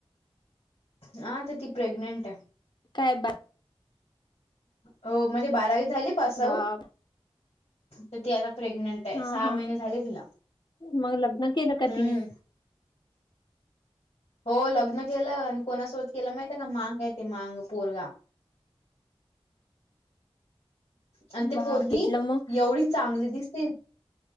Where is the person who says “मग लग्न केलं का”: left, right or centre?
Left